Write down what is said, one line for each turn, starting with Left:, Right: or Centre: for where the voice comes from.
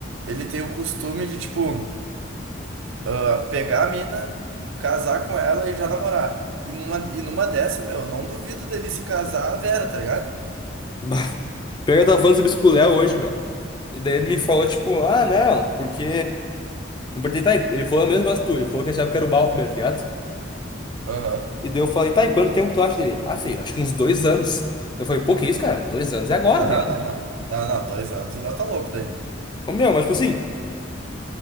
Right: ele tem o costume de, tipo. ah, pegar a mina, casar com ela e já namorar. E numa, e numa dessa, meu, eu não duvido dele se casar a Vera, tá ligado?
Left: <laughs> Bah, Pega, eu tava falando sobre esculé hoje, meu. E daí ele me falou, tipo, ah, não, porque. Eu perguntei, tá, e- ele falou a mesma coisa que tu, ele falou que achava que era o Bal primeiro, tá ligado?
Right: Aham.
Left: E daí eu falei, tá, e quanto tempo tu acha dele? Ah, feio, acho que uns dois anos. Daí Eu falei, pô, que isso, cara? Dois anos é agora,
Right: Ah,
Left: tá
Right: não,
Left: ligado?
Right: não, não. Não, não, dois anos o Léo tá louco daí, meu.
Left: Ô, meu, mas tipo assim,